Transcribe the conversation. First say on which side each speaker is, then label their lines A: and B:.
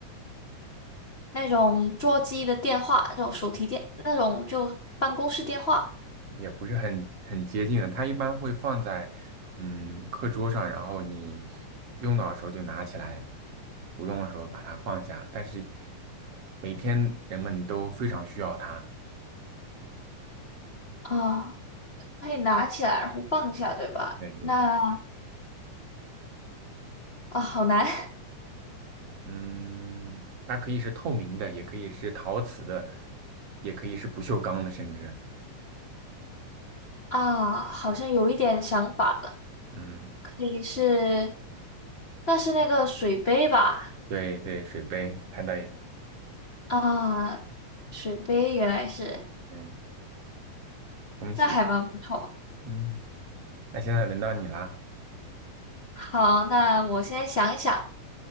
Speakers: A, on the left (about 60°); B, on the right (about 55°).
A: 那种座机的电话，这种手提电，那种就办公室电话。
B: 也不是很很接近的，它一般会放在嗯课桌上，然后你用到的时候就拿起来，不用的时候把它放下，但是每天人们都非常需要它，
A: 啊，那你拿起来然后放下，对吧？
B: 对对对。
A: 那啊，好难
B: 嗯，它可以是透明的，也可以是陶瓷的，也可以是不锈钢的，甚至，
A: <laughs> 啊，好像有一点想法了，
B: 嗯，
A: 可以是，那是那个水杯吧？
B: 对对，水杯猜到了
A: 啊，水杯原来是，
B: 嗯，恭喜，
A: 那还蛮不错。
B: 嗯，那现在轮到你啦，
A: 好，那我先想一想。